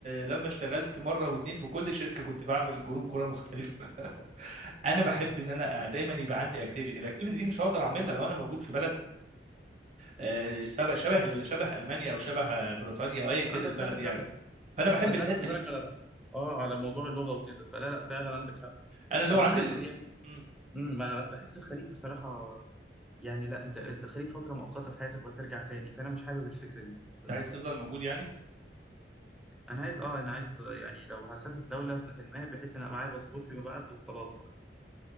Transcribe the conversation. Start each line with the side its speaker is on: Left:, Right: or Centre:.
Right: لما اشتغلت مره واتنين في كل شركه كنت بعمل جروب كوره مختلف <laughs> انا بحب ان انا دايما يبقى عندي اكتيفيتي الاكتيفيتي دي مش هقدر اعملها لو انا موجود في بلد آه، شبه شبه شبه المانيا او شبه آه، بريطانيا او ايا كان
Centre: عندك
Right: البلد
Centre: حق فعلا
Right: يعني فانا بحب
Centre: اصل
Right: الحته
Centre: انا كنت اسالك
Right: دي
Centre: على اه على موضوع اللغه وكده فلا لا فعلا عندك حق
Right: انا اللغه
Centre: آه، بس
Right: عندي
Centre: انا
Right: ال-
Centre: ب- يعني
Right: مم.
Centre: امم ما انا بحس الخليج بصراحه يعني لا انت انت الخليج فتره مؤقته في حياتك وهترجع تاني فانا مش حابب الفكره دي بس
Right: انت عايز تفضل موجود يعني
Centre: انا عايز اه انا عايز يعني لو هسافر دوله مثل ما هي بحيث ان أبقى معايا باسبور فيما بعد وخلاص بقى